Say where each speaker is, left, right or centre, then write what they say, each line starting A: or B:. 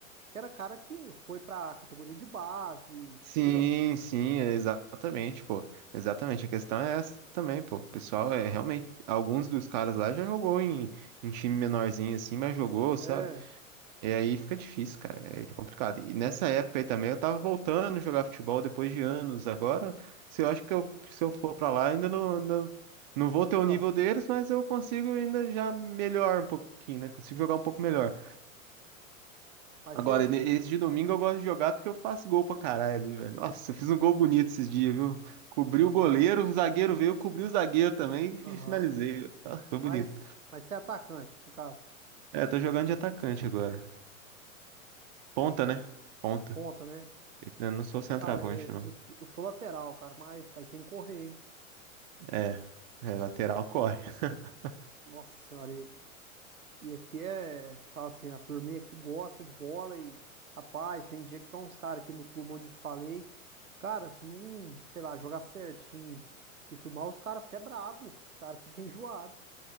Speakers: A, on the right; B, on the right.
A: Que era cara que foi pra categoria de base, entendeu?
B: Sim, sim, exatamente, pô. Exatamente. A questão é essa também, pô. O pessoal
A: Aham.
B: é realmente. Alguns dos caras lá já jogou em, em time menorzinho assim, mas jogou,
A: É,
B: sabe? E aí fica difícil, cara. É complicado. E nessa época aí também eu tava voltando a jogar futebol depois de anos. Agora, se eu acho que eu, se eu for pra lá, ainda não, ainda não vou ter
A: não,
B: o nível deles, mas eu consigo ainda já melhor um pouquinho, né? Consigo jogar um pouco melhor.
A: mas
B: Agora,
A: você.
B: ne- esse de domingo eu gosto de jogar porque eu faço gol pra caralho ali, velho. Nossa, eu fiz um gol bonito esses dias, viu? Cobri
A: Aham,
B: o goleiro, o zagueiro veio, cobri o zagueiro também
A: aham.
B: e finalizei. Nossa, foi
A: Mas,
B: bonito.
A: mas você é atacante, no caso.
B: É, tô jogando de atacante agora. Ponta, né? Ponta.
A: Ponta, né?
B: Eu não sou centroavante,
A: Cara, é,
B: não.
A: eu, eu sou lateral, cara, mas aí tem que correr, hein?
B: É, é lateral corre. <laughs>
A: Nossa senhora, e E aqui é, fala assim, a turminha aqui gosta de bola e, rapaz, tem dia que vão uns caras aqui no clube onde eu te falei, cara, se não, sei lá, jogar certinho e tudo mais, os caras ficam brabo, os caras ficam enjoados.